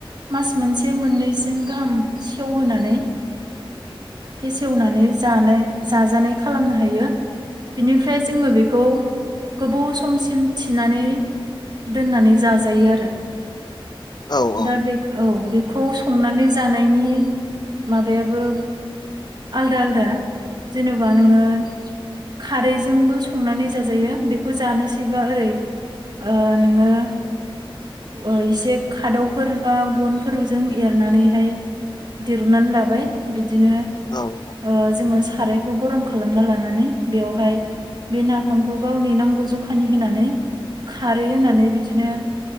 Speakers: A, on the right (about 50°); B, on the left (about 50°).
A: मास मोनसे मोननैसिम गाहाम सेवहोनानै फेसेवनानै जानाय जाजानाय खालामनो हायो। बिनिफ्राय जोङो बेखौ गोबाव समसिम थिनानै दोननानै जाजायो आरो
B: ओ
A: दा बे औ बेखौ संनानै जानाय <unintelligible> माबायाबो आलदा आलदा। जेन'बा नोङो खारैजोंबो संनानै जाजायो। बेखौ जानोस सैबा ओरै ओ नोंनो ओ इसे खादावफोर बा गनफोरजों एरनानैहाय दिरुननानै लाबाय बिदिनो
B: औ औ।
A: ओ जोङो सारायखौ गरम खालामना लानानै बेवहाय बे नाफामखौ गावनि नांगौ जखानि होनानै खारै होनानै बिदिनो